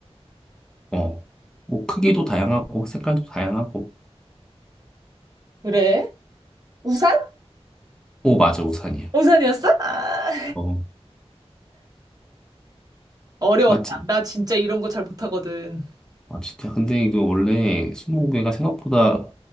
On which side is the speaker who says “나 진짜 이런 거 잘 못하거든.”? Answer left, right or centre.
Right